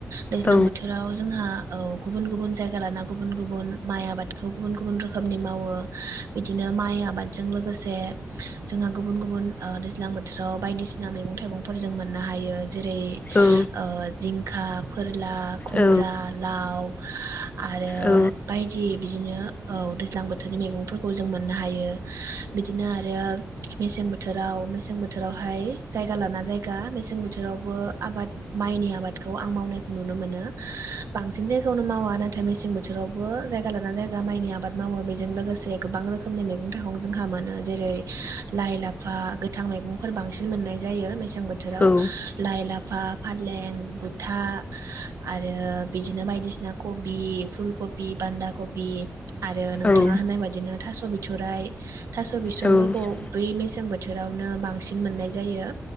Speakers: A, on the right (about 75°); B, on the left (about 30°).
A: दैज्लां
B: औ
A: बोथोराव जोंहा औ गुबुन गुबुन जायगा लाना गुबुन गुबुन माइ आबादखौ गुबुन गुबुन रोखोमनि मावो। बिदिनो माइ आबाद गोसे जोंहा गुबुन गुबुन ओ दैज्लां बोथोराव। बायदिसिना मैगं थाइगंफोर जों मोननो हायो जेरै
B: औ
A: ओ जिं खा फोर ला खुमब्रा
B: औ
A: लाव आरो
B: औ
A: बायदि बिदिनो औ दैज्लां बोथोरनि मैगंफोरखौ जों मोननो हायो। बिदिनो आरो मेसें बोथोराव मेसें बोथोरावहाय जायगा लाना जायगा मेसें बोथोरावबो आबाद माइनि आबादखौ आं मावनायखौ नुनो मोनो। बांसिन जायगायावनो मावा ना नाथाय मेसें बोथोरावबो जायगा लाना जायगा माइनि आबाद मावो बेजों लोगोसे गोबां रोखोमनि मै मैगं थाइगं जोंहा मोनो। जेरै लाइ लाफा गोथां मैगं फोर बांसिन मोननाय जायो। मैसें बोथोराव
B: औ
A: लाइ लाफा फालें गुथा आरो बिदिनो बायदिसिना कबि फुल कबि बान्दा कबि। आरो नोंथाङा
B: औ
A: होननाय बायदिनो थास' बिथ सराइ थास' बिसंफोरखौ
B: औ-औ-औ-औ-औ
A: बै मेसें बोथोर बोथोरावनो बांसिन मोननाय जायो